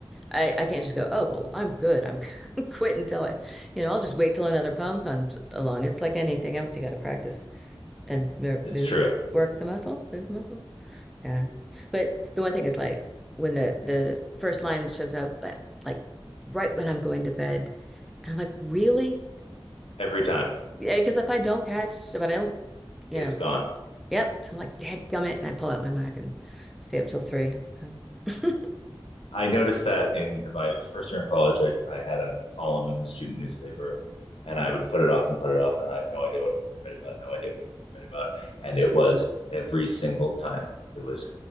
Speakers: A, in the centre; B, on the left.
A: I I can't just go, oh well, I'm good. I'm <laughs> quit until I, you know, I'll just wait till another poem comes along. It's like anything else, you got to practice and mo-
B: It's
A: move,
B: true.
A: work the muscle, move the muscle. Yeah, but the one thing is like when the the first line shows up, but like right when I'm going to bed, and I'm like, really?
B: Every time.
A: Yeah, because if I don't catch, if I don't, you
B: It's
A: know,
B: gone.
A: but yep. So I'm like, dadgummit, and I pull out my Mac and stay up till three. So. <laughs>
B: I noticed that in my first year in college, I, I had a column in the student newspaper, and I would put it off and put it off, and I have no idea what I'm going to write about, no idea what I'm going to write about. And it was every single time. It was